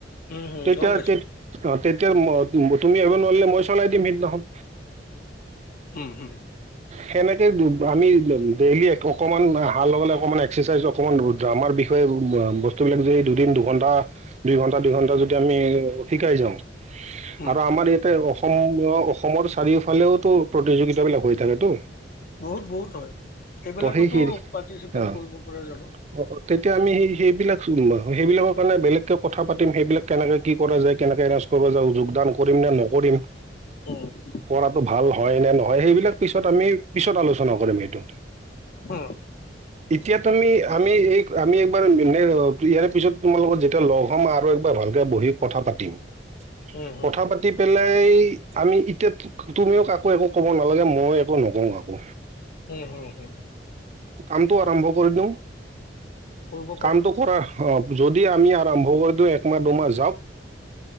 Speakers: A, on the left; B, on the right.
A: উম হুম
B: তেতিয়া
A: গম পাইছো।
B: তে- অ, তেতিয়া তুমি আহব নোৱাৰিলে মই চলাই দিম সিদিনাখন।
A: উম হুম।
B: সেনেকে আমি ডেইলি অকমান হাৰ লগে অকমান এক্সাৰচাইজ অকমান। আমাৰ বিষয়ে বস্তুবিলাক যে এই দুদিন দুঘণ্টা দুই ঘণ্টা দুইঘণ্টা যদি আমি শিকাই যাওঁ।
A: উম
B: আৰু আমাৰ ইয়াতে অসম অসমৰ চাৰিওফালেওতো প্ৰতিযোগিতা বিলাক হৈছে টমেটো
A: বহুত বহুত হয়। সেইবিলাকতো
B: ত সেই স
A: পাৰ্টিচিপেট
B: অ',
A: কৰিব পৰা যাব
B: অ', তেতিয়া আমি সেই সেইবিলাক চ সেইবিলাকৰ কাৰণে বেলেগকে কথা পাতিম সেইবিলাক কেনেকে কি কৰা যায় কেনেকে এৰেঞ্জ কৰা যায় যোগদান কৰিম নে নকৰিম
A: উম
B: কৰাতটো ভাল হয় নে নহয় সেইবিলাক পিছত আমি পিছত আলোচনা কৰিম সেইটো।
A: অ'।
B: এতিয়া তুমি আমি এই আমি এবাৰ ইয়াৰে পিছত তোমাৰ লগত যেতিয়া লগ হম আৰুাৰ ভালকৈ বহি কথা পাতিম।
A: উম হম
B: কথা পাতি পেলাই আমি এতিয়া তুমিও কাকো একো ক'ব নালাগে। মই এক নকওঁ কাকো।
A: হম হম হম।
B: কামটো আৰম্ভ কৰি দিওঁ
A: কৰিব
B: কামটো
A: পাৰি
B: কৰাৰ অ' যদি আমি আৰম্ভ কৰি দিওঁ একমাহ দুমাহ যাওক,